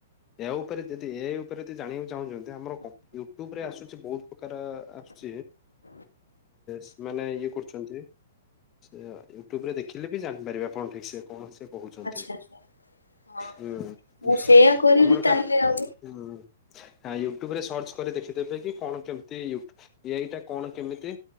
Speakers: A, on the left (about 25°); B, on the left (about 85°).
A: ଏହା ଉପରେ ଯଦି ଏଆଇ ଉପରେ ଯଦି ଜାଣିବାକୁ ଚାହୁଁଛନ୍ତି ଆମର କମ୍ ୟୁଟ୍ୟୁବ ରେ ଆସୁଛି ବହୁତ ପ୍ରକାର ଆସୁଛି ଏ ସେମାନେ ଇଏ କରୁଛନ୍ତି। ସେ ୟୁଟ୍ୟୁବ ରେ ଦେଖିଲେ ବି ଜାଣିପାରିବେ ଆପଣ ଠିକ ସେ। କଣ ସେ କହୁଛନ୍ତି
B: ଆଚ୍ଛା ଆଚ୍ଛା ହଁ
A: ହୁଁ
B: ମୁଁ ସେଇୟା କରିବି
A: ଆମର
B: ତାହେଲେ
A: କାର୍
B: ଆଉ
A: ହୁଁ। ହଁ ୟୁଟ୍ୟୁବ ରେ ସର୍ଚ୍ଚ କରି ଦେଖିଦେବେ କି କଣ କେମତି ଉଟ ଏ ଆଇ ଟା କଣ କେମିତି?